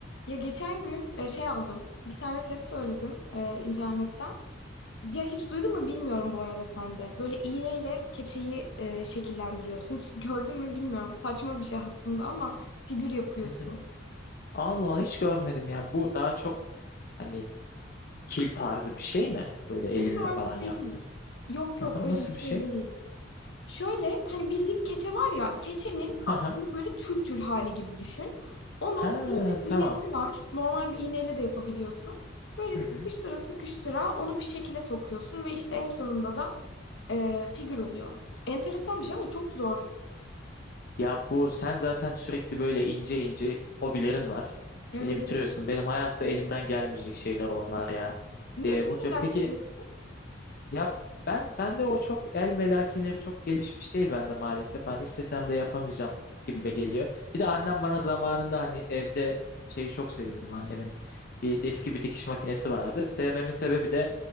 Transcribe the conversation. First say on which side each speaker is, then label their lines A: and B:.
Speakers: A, on the left; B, on the left.
A: Ya geçen gün e, şey aldım. Bir tane set söyledim e, internetten. Ya hiç duydun mu bilmiyorum bu arada sen de. Böyle iğneyle keçeyi e, şekillendiriyorsun. Hiç gördün mü bilmiyorum. Saçma bir şey aslında ama figür yapıyorsun.
B: Hı hı. Allah hiç görmedim ya. Bu daha çok hani kil tarzı bir şey mi? Böyle elinle
A: Kil tarzı
B: falan yaptın.
A: değil. Yok yok
B: Aha,
A: öyle
B: nasıl
A: bir şey
B: bir şey?
A: değil. Şöyle hani bildiğin keçe var ya keçenin
B: Ha
A: aslında
B: ha.
A: böyle tül tül hali gibi düşün. Onu
B: Ha
A: iğne, iğneleri
B: tamam.
A: var. Normal bir iğneyle de yapabiliyorsun. Böyle
B: <laughs>
A: sıkıştıra sıkıştıra onu bir şekilde sokuyorsun ve işte en sonunda da e, figür oluyor. Enteresan bir şey ama çok zor.
B: Ya bu sen zaten sürekli böyle ince ince hobilerin var.
A: Evet.
B: Beni bitiriyorsun.
A: evet.
B: Benim hayatta elimden gelmeyecek şeyler onlar ya.
A: Niye
B: E,
A: sen
B: mutlu.
A: neler
B: Peki
A: sanıyorsun?
B: yap, ben ben de o çok el melekeleri çok gelişmiş değil bende maalesef. Hani istesem de yapamayacağım gibime
A: Hı.
B: geliyor. Bir de annem bana zamanında hani evde şeyi çok seviyordum. Annemin bir eski bir dikiş makinesi vardı. Sevmemin sebebi de